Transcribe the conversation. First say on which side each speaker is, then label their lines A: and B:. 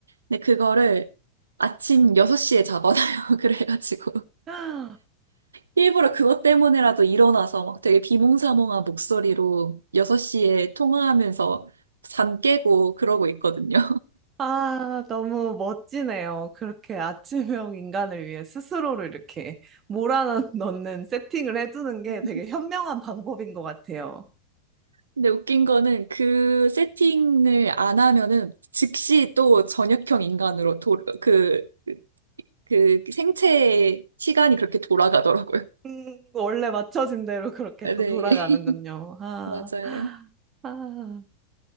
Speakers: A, on the right; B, on the right.
A: 근데 그거를 아침 6시에 잡아놔요. <laughs> 그래가지고.
B: 아,
A: 일부러 그것 때문에라도 일어나서 막 되게 비몽사몽한 목소리로 6시에 통화하면서 잠 깨고 그러고 있거든요.
B: 아, 너무 멋지네요. 그렇게 아침형 인간을 위해 스스로를 이렇게 몰아넣는 세팅을 해두는 게
A: <laughs>
B: 되게 현명한 방법인 것 같아요.
A: 근데 웃긴 거는 그 세팅을 안 하면은 즉시 또 전역형 인간으로 도, 그, 그 생체의 시간이 그렇게 돌아가더라고요.
B: 음, 원래 맞춰진 대로 그렇게
A: 네.
B: 또 돌아가는군요.
A: <laughs>
B: 아,
A: 맞아요.
B: 아.